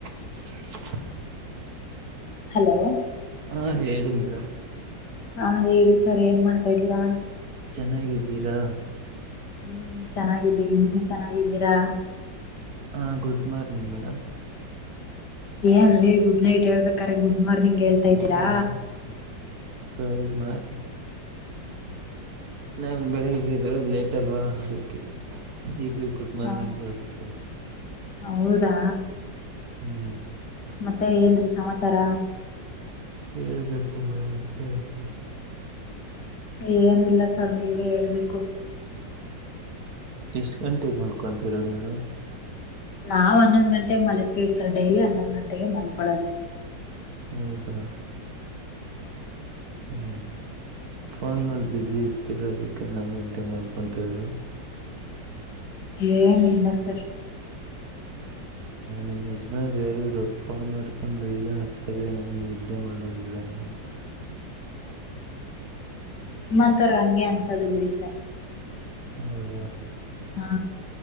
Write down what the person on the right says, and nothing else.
<inaudible>
ಹಾ ಹೇಳಿ madam
ಚೆನ್ನಾಗಿದ್ದೀರಾ
ಹಾ ಗುಡ್ ಮಾರ್ನಿಂಗ್ ಮೇಡಮ್
ಹ ಸರಿ <unintelligible> ನಾ ಬೆಳಿಗ್ಗೆ ಎದ್ದೇಳೋದು ಲೇಟ್ ಅಲ್ವಾ ಅದಕ್ಕೆ ಈಗ್ ರೀ ಗುಡ್ ಮಾರ್ನಿಂಗ್
ಹೇಳಬೇಕ್ರಿ
ಹ್ಮ್
ಹೇಳ್ಬೇಕು ಮೇಡಮ್ ಕೇಳ್ತಿವಿ
ಎಷ್ಟ ಗಂಟೆಗೆ ಮಲ್ಕೊತಿರ ಮೇಡಮ್
ಹೌದಾ ಹ್ಮ ಫೋನ್ನಲ್ಲಿ ಬ್ಯುಸಿ ಇರ್ತಿರೋ ಅದಕ್ಕೆ ಹನ್ನೊಂದು ಗಂಟೆಗೆ ಮಲಗ್ತೀರ
ನಿಮ್ಮ್ ಯಾಜ್ಮಾನ್ರು ಹೇಳಿದ್ರು ಫೋನ್ ಮಾಡಕೊಂಡು ಏನು ಆಸ್ಟ್ರಲಿ ನನಗೆ ನಿದ್ದೆ ಮಾಡಕ್ ಬಿಡಲ್ಲ ಅಂತ
ಹೌದ